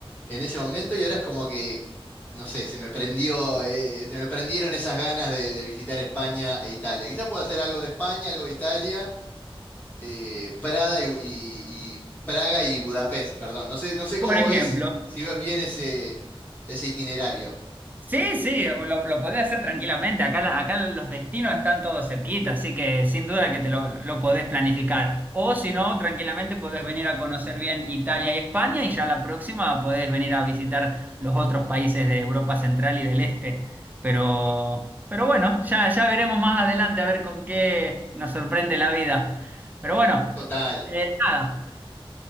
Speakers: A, on the left; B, on the right.
A: en ese momento y ahora es como que, no sé, se me prendió, eh, se me prendieron esas ganas de, de visitar España e Italia. Quizá pueda hacer algo de España, algo de Italia eh, Prada y, y- y- Praga y Budapest, perdón. No sé, no sé cómo
B: Por ejemplo,
A: ves, si ves bien ese, ese itinerario.
B: Sí, sí, lo, lo podés hacer tranquilamente. Acá, la- acá los destinos están todos cerquita, así que sin duda que te lo, lo podés planificar. O si no, tranquilamente podés venir a conocer bien Italia y España y ya la próxima podés venir a visitar los otros países de Europa Central y del Este. Pero, pero bueno, ya, ya veremos más adelante a ver con qué nos sorprende la vida. Pero bueno,
A: Total.
B: eh, nada.